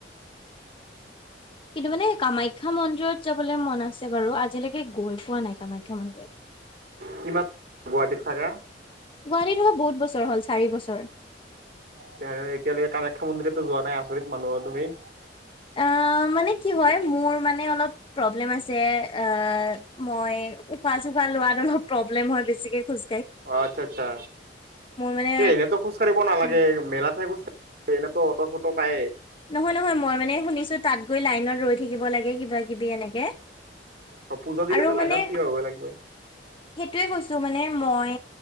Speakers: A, on the left; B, on the right.
A: কিন্তু মানে কামাখ্যা মন্দিৰত যাবলৈ মন আছে বাৰু আজিলৈকে সেই গৈ পোৱা নাই কামাখ্যা মন্দিৰত
B: কিমান গুৱাহাটীত থাকা
A: গুৱাহাটীত অহা বহুত বছৰ হ'ল চাৰি বছৰ।
B: তে এতিয়ালৈকে কামখ্যা মন্দিৰতো যোৱা নাই আচৰিত মানুহ তুমি
A: অ' মানে কি হয় মোৰ মানে অলপ প্ৰব্লেম আছে অ' মই উশাহ চুখাহ লোৱাত অলপ প্ৰব্লেম হয় বেছিকে খোজ
B: অ' আচ্ছা আচ্ছা
A: মানে
B: কে এনেকে খুচকাঢ়িব নেলাগে
A: উম
B: মেলা থাক খুচকা এনেতো অট চটো পায়ে
A: নহয় নহয় মই মানে শুনিছো তাত গৈ লাইনত ৰৈ থাকিব লাগে কিবা কিবি এনেকে
B: অ' পূজা দিলে
A: আৰু
B: ত' লাইনত
A: মানে
B: থিয় হব লাগিবৈ।
A: সেইটোয়ে কৈছো মানে মই